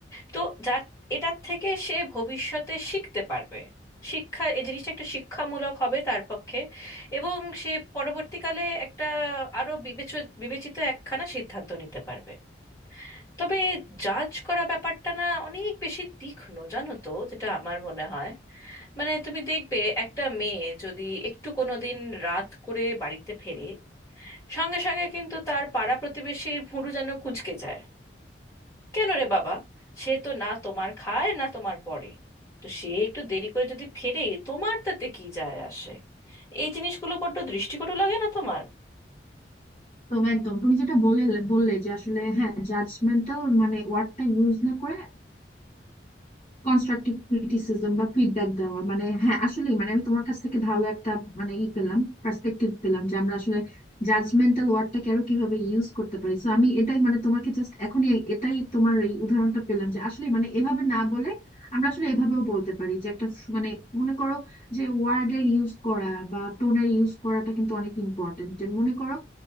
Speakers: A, on the left; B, on the left.
A: তো যা এটার থেকে সে ভবিষ্যতে শিখতে পারবে শিক্ষা এই জিনিসটা একটা শিক্ষামূলক হবে তার পক্ষে এবং সে পরবর্তীকালে একটা আরো বিবেচ বিবেচিত একখানা সিদ্ধান্ত নিতে পারবে তবে জাজ করা ব্যাপারটা না অনেক বেশি তীক্ষ্ণ জানো তো যেটা আমার মনে হয় মানে তুমি দেখবে একটা মেয়ে যদি একটু কোনোদিন রাত করে বাড়িতে ফেরে সঙ্গে সঙ্গে কিন্তু তার পাড়া প্রতিবেশীর ভুরু যেন কুঁচকে যায় কেন রে বাবা সে তো না তোমার খায় না তোমার পরে তো সে একটু দেরি করে যদি ফেরে তোমার তাতে কি যায় আসে এই জিনিসগুলো বড্ড দৃষ্টিকটু লাগে না তোমার
B: তো একদম তুমি যেটা বলে বললে যে আসলে হ্যাঁ জাজমেন্টাল মানে ওয়ার্ডটা ইউজ না করে কনস্ট্রাকটিভ ক্রিটিসিজম বা ফিডব্যাক দেওয়া মানে হ্যাঁ আসলে মানে আমি তোমার কাছ থেকে ভালো একটা মানে ই পেলাম পার্সপেক্টিভ পেলাম যে আমরা আসলে জাজমেন্টাল ওয়ার্ডটাকে আরো কিভাবে ইউজ করতে পারি তো আমি এটাই মানে তোমাকে জাস্ট এখনই এ- এটাই তোমার এই উদাহরণটা পেলাম যে আসলে মানে এভাবে না বলে আমরা আসলে এভাবেও বলতে পারি যে একটা স- মানে মনে করো যে ওয়ার্ডের ইউজ করা বা টোনের ইউজ করাটা কিন্তু অনেক ইম্পর্টেন্ট মনে করো